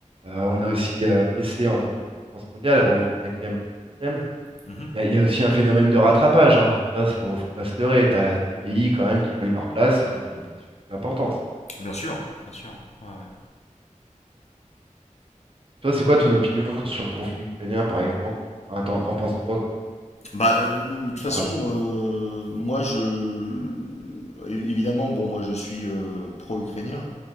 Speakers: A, on the right; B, on the left.
A: Euh, on a aussi euh, baissé en tant que puissance mondiale, avant on était cinquième, maintenant septième.
B: mhm.
A: Il y, a y a aussi un phénomène de rattrapage, hein. Ça, faut, faut pas se leurrer. T'as là des pays quand même qui veulent leur place et qui ont des populations plus importantes.
B: Bien sûr, bien sûr. Ouais. ouais.
A: Toi, c'est quoi ton opinion sur le conflit ukrainien, par exemple? Enfin, t'en, t'en penses quoi, quoi, en
B: Bah, euh, de toute façon,
A: général?
B: euh, moi, je... Évidemment, bon, moi, je suis euh, pro-ukrainien,